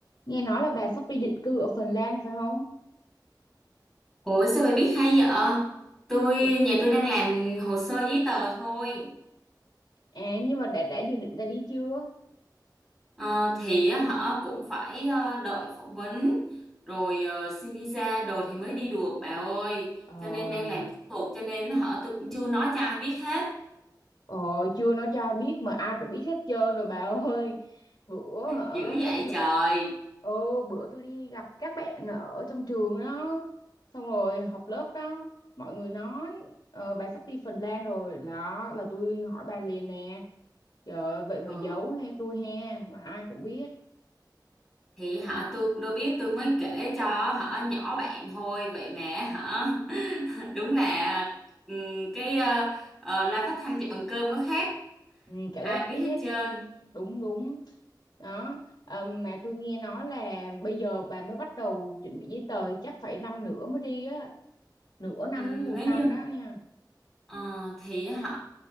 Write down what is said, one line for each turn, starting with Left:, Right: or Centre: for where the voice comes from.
Left: Nghe nói là bà sắp đi định cư ở Phần Lan phải không?
Centre: Ủa sao bà biết hay vậy? Tôi
Left: Chưa-
Centre: nhà tôi đang làm hồ sơ giấy tờ thôi.
Left: À nhưng mà đã đã dự định ra đi chưa?
Centre: Ờ, thì á, họ cũng phải ờ, đợi phỏng vấn rồi ờ, xin visa đồ thì mới đi được bà ơi.
Left: Ờ,
Centre: Cho nên đang làm thủ tục cho nên họ tôi cũng chưa nói cho ai biết hết.
Left: ờ chưa nó cho ai biết mà ai cũng biết hết trơn rồi bà ơi. Bữa hả?
Centre: Dữ vậy
Left: <laughs>
Centre: trời.
Left: Ừ bữa tôi đi gặp các bạn ở trong trường đó, xong rồi học lớp đó, mọi người nói ờ, bà sắp đi Phần Lan rồi đó là tôi hỏi bà liền nè. Trời ơi, vậy mà
Centre: Ừ.
Left: giấu he tôi he mà ai cũng biết.
Centre: Thì họ tôi cũng đâu biết tôi mới kể cho họ nhỏ bạn thôi vậy mà họ <laughs> đúng là ừm, cái ờ, ờ, loa phát thanh chạy bằng cơm có khác
Left: Ừ, cả
Centre: ai
Left: lớp
Centre: biết
Left: biết
Centre: hết
Left: hết
Centre: trơn
Left: luôn đúng đúng đó Ờ, mà tôi nghe nói là bây giờ bà mới bắt đầu chuẩn bị giấy tờ chắc phải năm nữa mới đi á nửa năm
Centre: Ừm,
Left: đến một
Centre: nếu
Left: năm
Centre: như
Left: đó nha
Centre: ờ, thì hả